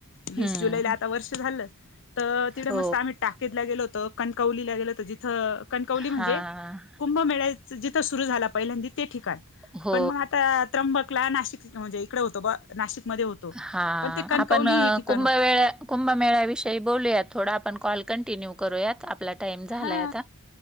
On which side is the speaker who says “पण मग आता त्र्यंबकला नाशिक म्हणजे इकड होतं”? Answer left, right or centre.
Left